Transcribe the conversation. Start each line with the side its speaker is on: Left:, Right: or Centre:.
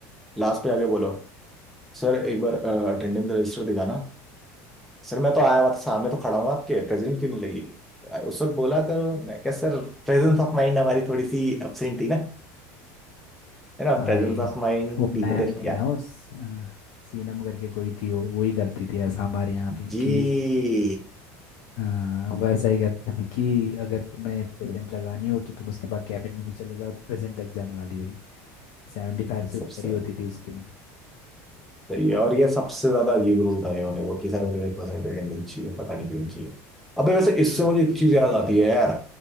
Centre: लास्ट पे आके बोलो सर एक बार अटेंडेंस रजिस्टर दिखाना सर मैं तो आया हुआ था सामने तो खड़ा हूँ आपके प्रेजेंट क्यों नहीं लगी आ, उस वक्त बोला करो मैं क्या सर प्रेजेंस ऑफ माइंड हमारी थोड़ी सी एब्सेंट थी ना है ना
Left: भाई
Centre: प्रेजेंस ऑफ माइंड
Left: वो
Centre: टीचर
Left: मैम थी
Centre: या
Left: ना उस अ, सीनम करके कोई थी वो वही करती थी ऐसा हमारे यहाँ भी
Centre: जी
Left: कि हाँ वैसा ही करते थे कि अगर तुम्हें प्रेजेंट लगानी हो तो तुम उसके बाद कैबिन में भी चले जाओ तो प्रेजेंट लग जाने वाली हुई सेवेंटी फाइव से
Centre: सबसे
Left: ऊपर ही होती थी उसकी में
Centre: सही है और ये सबसे ज्यादा अजीब रूल था ये होने को कि 75% अटेंडेंस चाहिए पता नहीं क्यों चाहिए अबे वैसे इससे मुझे एक चीज याद आती है यार